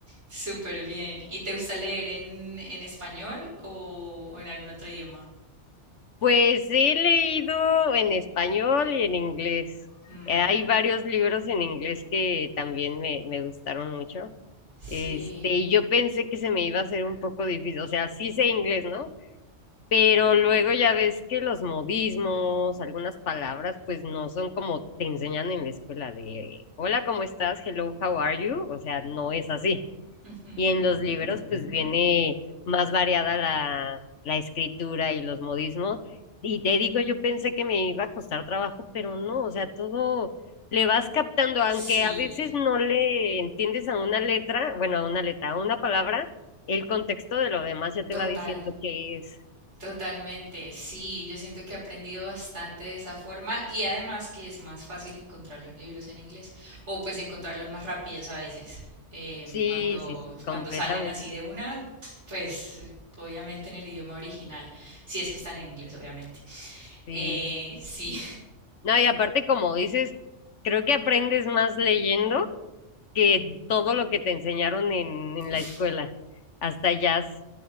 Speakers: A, on the right; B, on the left.
A: Súper bien. ¿Y te gusta leer en, en español o, o en algún otro idioma?
B: Pues he leído en español y en inglés.
A: Mm,
B: Eh, Hay varios libros en inglés que también me, me gustaron mucho.
A: Sí.
B: Este, y yo pensé que se me iba a hacer un poco difícil. O sea, sí sé inglés, ¿no? Pero luego ya ves que los modismos, algunas palabras, pues no son como te enseñan en la escuela de hola, ¿cómo estás? Hello, how are you? O sea, no es así.
A: Ujú.
B: Y en los libros, pues viene más variada la, la escritura y los modismos. Y te digo, yo pensé que me iba a costar trabajo, pero no, o sea, todo le vas captando, aunque
A: Sí.
B: a veces no le entiendes a una letra, bueno, a una letra, a una palabra, el contexto de lo demás ya te
A: Total.
B: va diciendo qué es.
A: Totalmente, sí, yo siento que he aprendido bastante de esa forma y además que es más fácil encontrar los libros en inglés o pues encontrarlos más rápidos a veces. Em,
B: Sí,
A: cuando,
B: sí, sí, completamente.
A: cuando salen así de una, pues obviamente en el idioma original, si es que están en inglés, obviamente.
B: Sí.
A: Eh, sí,
B: No, y aparte, como dices, creo que aprendes más leyendo que todo lo que te enseñaron en, en
A: <laughs> uf,
B: la escuela. Hasta ya s-